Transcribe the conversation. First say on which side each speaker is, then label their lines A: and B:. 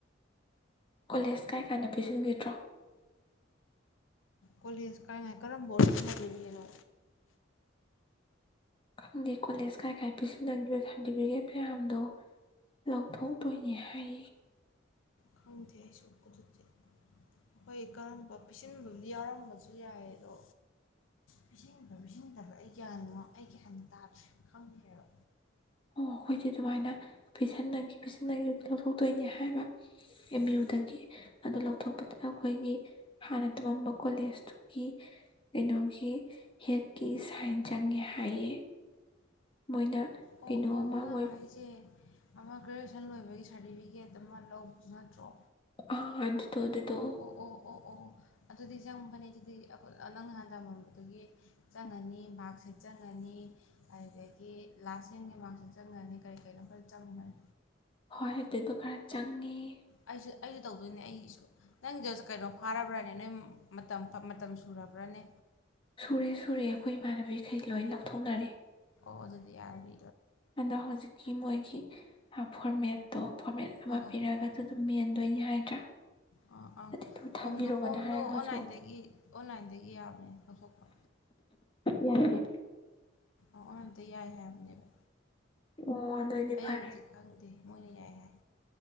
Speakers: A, on the left; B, on the left.
A: ꯀꯣꯂꯦꯖ ꯀꯥꯏ ꯀꯥꯟꯅ ꯄꯤꯁꯤꯟꯕꯤꯗ꯭ꯔꯣ
B: ꯀꯣꯂꯦꯖ ꯀꯥꯏꯅꯥꯏ ꯀꯔꯝꯕ ꯑꯣꯏ ꯍꯥꯏꯜꯂꯤꯔꯤꯅꯣ
A: ꯈꯪꯗꯦ ꯀꯣꯂꯦꯖ ꯀꯥꯏ ꯀꯥꯏ ꯄꯤꯁꯤꯜꯂꯈꯤꯕ ꯁꯥꯔꯇꯤꯐꯤꯀꯦꯠ ꯃꯌꯥꯝꯗꯣ ꯂꯧꯊꯣꯛꯇꯣꯏꯅꯤ ꯍꯥꯏ
B: ꯈꯪꯗꯦ ꯑꯩꯁꯨ ꯑꯗꯨꯗꯤ ꯑꯩꯈꯣꯏ ꯀꯔꯝꯕ ꯄꯤꯁꯤꯟꯕꯕꯨꯗꯤ ꯌꯥꯎꯔꯝꯕꯁꯨ ꯌꯥꯏ ꯑꯗꯣ ꯄꯤꯁꯤꯟꯕ ꯄꯤꯁꯤꯟꯗꯕ꯭ꯔꯥ ꯑꯩ ꯒ꯭ꯌꯥꯅꯣ ꯑꯩ ꯀꯍꯟꯅ ꯇꯥꯗ꯭ꯔꯦ ꯈꯪꯗ꯭ꯔꯦꯕ
A: ꯃꯈꯣꯏꯗꯤ ꯑꯗꯨꯃꯥꯏꯅ ꯄꯁꯤꯟꯅꯈꯤ ꯄꯁꯤꯟꯅꯈꯤ ꯂꯧꯊꯣꯛꯇꯣꯏꯅꯤ ꯍꯥꯏꯕ ꯑꯦꯝ
B: ꯎꯝ
A: ꯌꯨꯗꯒꯤ ꯑꯗꯨ ꯂꯧꯊꯣꯛꯄꯗꯨꯗ ꯑꯩꯈꯣꯏꯒꯤ ꯍꯥꯟꯅ ꯇꯝꯃꯝꯕ ꯀꯣꯂꯦꯖꯇꯨꯒꯤ ꯀꯩꯅꯣꯒꯤ ꯍꯦꯠꯀꯤ ꯁꯥꯏꯟ ꯆꯪꯉꯦ ꯍꯥꯏꯌꯦ ꯃꯣꯏꯅ
B: ꯑꯣ
A: ꯀꯩꯅꯣ
B: ꯑꯣ
A: ꯑꯃ
B: ꯅꯪ
A: ꯃꯣꯏ
B: ꯍꯥꯏꯁꯦ ꯑꯃ ꯒ꯭ꯔꯦꯖꯨꯑꯦꯁꯟ ꯂꯣꯏꯕꯒꯤ ꯁꯥꯔꯇꯤꯐꯤꯀꯦꯠ ꯑꯃ ꯂꯧꯕꯗꯨ ꯅꯠꯇ꯭ꯔꯣ
A: ꯑ ꯑꯗꯨꯗ ꯇꯣ ꯑꯗꯨ ꯑꯗꯨ
B: ꯑꯣ
A: ꯇꯣ
B: ꯑꯣ ꯑꯣ ꯑꯣ ꯑꯣ ꯑꯗꯨꯗꯤ ꯆꯪꯕꯅꯦ ꯑꯗꯨꯗꯤ ꯅꯪ ꯅꯍꯥꯟ ꯇꯃꯝꯕꯗꯨꯒꯤ ꯆꯪꯉꯅꯤ ꯔ ꯁꯦꯠ ꯆꯪꯉꯅꯤ ꯑꯗꯨꯗꯒꯤ ꯂꯥꯁ ꯌꯦꯦꯟꯒꯤ ꯃꯥꯔꯛꯁ ꯆꯪꯒꯅꯤ ꯀꯔꯤ ꯀꯔꯤꯅꯣ ꯑꯩꯈꯣꯏ ꯆꯪꯒꯅꯤ
A: ꯍꯣꯏ ꯑꯗꯨꯗꯣ ꯈꯔ ꯆꯪꯉꯦ
B: ꯑꯩꯁꯨ ꯑꯩꯁꯨ ꯇꯧꯗꯣꯏꯅꯦ ꯑꯩꯒꯤꯁꯨ ꯅꯪꯗ ꯀꯩꯅꯣ ꯐꯥꯔꯕ꯭ꯔꯅꯦ ꯅꯪ ꯃꯇꯝ ꯃꯇꯝ ꯁꯨꯔꯕ꯭ꯔꯥꯅꯦ
A: ꯁꯨꯔꯦ ꯁꯨꯔꯦ ꯑꯩꯈꯣꯏ ꯏꯃꯥꯟꯅꯕꯤꯈꯩ ꯂꯣꯏ ꯂꯧꯊꯣꯛꯅꯔꯦ
B: ꯎꯖꯗꯤ ꯌꯥꯔꯤ
A: ꯑꯗꯣ ꯍꯧꯖꯤꯛꯀꯤ ꯃꯣꯏꯒꯤ ꯍꯥꯄꯔ ꯃꯦꯣ ꯐꯣꯔꯃꯦꯠ ꯑꯃ
B: ꯍꯣꯏ ꯍꯣꯏ
A: ꯄꯤꯔꯛꯑꯒ
B: ꯍꯣꯏ
A: ꯑꯗꯨ
B: ꯍꯣꯏ
A: ꯑꯗꯨꯝ
B: ꯍꯣꯏ
A: ꯌꯦꯟꯗꯣꯏꯅꯤ ꯍꯥꯏꯗ꯭ꯔꯥ
B: ꯑꯥ ꯑꯥ
A: ꯑꯗꯨꯗꯨ ꯊꯝꯕꯤꯔꯛꯑꯣꯅ
B: ꯐꯣꯝꯗꯣ ꯐꯣꯝꯗꯣ
A: ꯍꯥꯏꯔꯒ ꯍꯧꯖꯤꯛ
B: ꯑꯣꯟꯂꯥꯏꯟꯗꯒꯤ ꯑꯣꯟꯂꯥꯏꯟꯗꯒꯤ ꯌꯥꯕꯅꯦ ꯂꯧꯊꯣꯛꯄ
A: ꯌꯥꯏꯔꯦ
B: ꯑꯣꯗꯤ ꯌꯥꯏ ꯍꯥꯏꯕꯅꯦꯕ
A: ꯑꯣ ꯑꯗꯨꯑꯣꯏꯗꯤ
B: ꯑꯩ
A: ꯐꯔꯦ
B: ꯍꯧꯗꯤꯛ ꯈꯪꯗꯦ ꯃꯣꯏꯅ ꯌꯥꯏ ꯍꯥꯏ